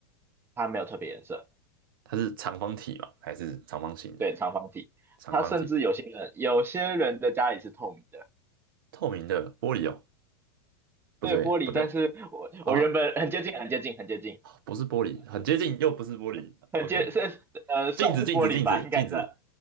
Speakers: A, on the right; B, on the right.
A: 它没有特别颜色。
B: 它是长方体吗？还是长方形的？
A: 对，长方体，
B: 长方体，
A: 它甚至有些人有些人的家里是透明的，
B: 透明的玻璃哦？不对，
A: 对，玻璃。
B: 不对
A: 但是我我原本很接近，
B: 啊，
A: 很接近，很接近，
B: 不是玻璃，很接近，又不是玻璃。
A: <laughs> 很接是呃算是玻璃吧，
B: OK，镜子，镜子，镜子，
A: 应该算，
B: 镜子，